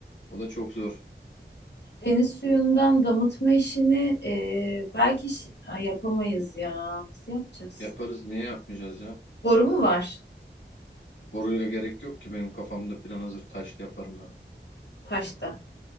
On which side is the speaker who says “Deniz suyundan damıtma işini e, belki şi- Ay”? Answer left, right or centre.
Left